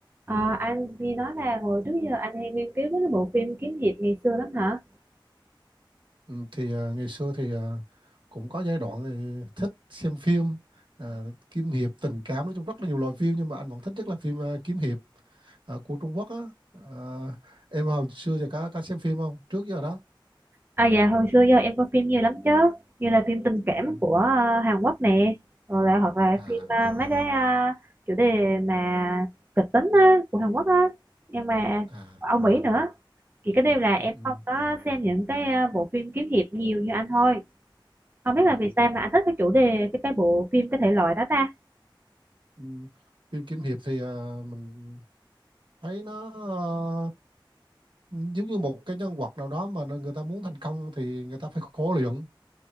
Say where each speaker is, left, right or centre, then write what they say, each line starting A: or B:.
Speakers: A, on the right; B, on the right.
A: À, anh nghe nói là hồi trước giờ anh hay nghiên cứu mấy cái bộ phim kiếm hiệp ngày xưa lắm hả?
B: Ừ, thì à, ngày xưa thì à, cũng có giai đoạn thì thích xem phim à, kiếm hiệp tình cảm nói chung rất là nhiều loại phim nhưng mà anh vẫn thích nhất là phim à, kiếm hiệp à, của Trung Quốc á à, em hồi xưa giờ có có xem phim không trước giờ đó
A: À dạ hồi xưa giờ em coi phim nhiều lắm chứ Như là phim tình cảm
B: ừ.
A: của à, Hàn Quốc nè Rồi lại hoặc là
B: à
A: phim à, mấy cái à, chủ đề mà kịch tính á, của Hàn Quốc á Nhưng mà
B: à
A: Âu Mỹ nữa Chỉ cái điều là em
B: ừ, ừ,
A: không có xem những cái à, bộ phim kiếm hiệp nhiều như anh thôi Không biết
B: ừ,
A: là vì sao mà anh thích cái chủ đề, cái cái bộ phim, cái thể loại đó ta
B: ừ. phim kiếm hiệp thì à, mình thấy nó à, giống như một cái nhân vật nào đó mà người ta muốn thành công thì người ta phải khổ luyện